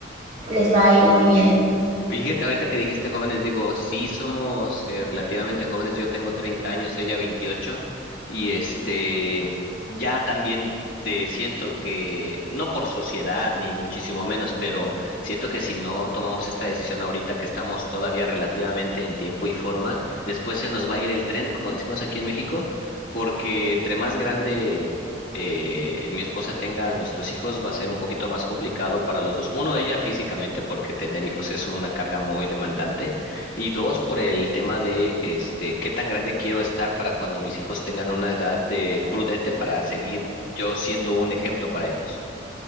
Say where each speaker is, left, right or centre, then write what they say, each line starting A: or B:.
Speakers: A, on the right (about 40°); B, on the left (about 50°).
A: les va a ir muy bien.
B: Y Fíjate, ahorita que dijiste jóvenes, digo, sí somos eh, relativamente jóvenes, yo tengo 30 años, ella veintiocho y este, ya también te siento que, no por sociedad ni muchísimo menos, pero siento que si no tomamos esta decisión ahorita que estamos todavía relativamente en tiempo y forma, después se nos va a ir el tren, como decimos aquí en México, porque entre más grande eh, mi esposa tenga a nuestros hijos va a ser un poquito más complicado para los dos. Uno, ella físicamente, porque tener hijos es una carga muy demandante. Y dos, por el tema de este, qué tan grande quiero estar para cuando mis hijos tengan una edad de prudente para seguir yo siendo un ejemplo para ellos.